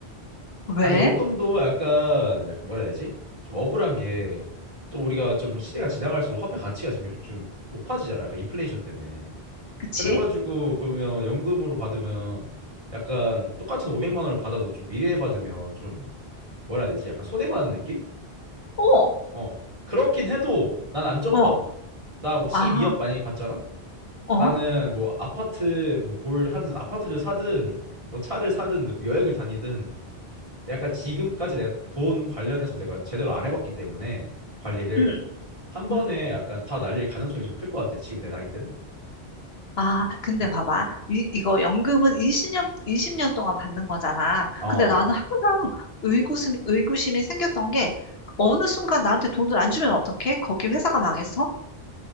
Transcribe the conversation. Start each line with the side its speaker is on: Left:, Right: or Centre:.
Left: 왜?
Right: 아니 연금도 약간 약간 뭐라 해야 되지? 좀 억울한 게 또 우리가 좀 시대가 지나갈수록 화폐 가치가 지금 요즘 좀 높아지잖아. 약간 인플레이션 때문에.
Left: 그치?
Right: 그래가지고 그러면 연금으로 받으면 약간 똑같은 500만 원을 받아도 좀 미래에 받으면 좀 뭐라 해야 되지? 약간 손해보는 느낌?
Left: 어.
Right: 어. 그렇긴 해도 난 안정빵.
Left: 어.
Right: 나뭐 C2억
Left: 아,
Right: 만약에 받잖아?
Left: 어?
Right: 나는 뭐 아파트 뭐 뭘 하든 아파트를 사든 뭐 차를 사든 뭐 여행을 다니든 약간 지금까지 내가 돈 관련해서 내가 제대로 안 해봤기 때문에 관리를
Left: 응,
Right: 한 번에
Left: 응,
Right: 약간 다 날릴 가능성이 좀 클 것 같아. 지금 내 나이 땐.
Left: 아, 근데
Right: 어.
Left: 봐봐. 이, 이거 연금은 20년, 이십 년 동안 받는 거잖아.
Right: 어.
Left: 근데 나는 항상 의구심, 의구심이 생겼던 게 어느 순간 나한테 돈을 안 주면 어떡해? 거기 회사가 망해서?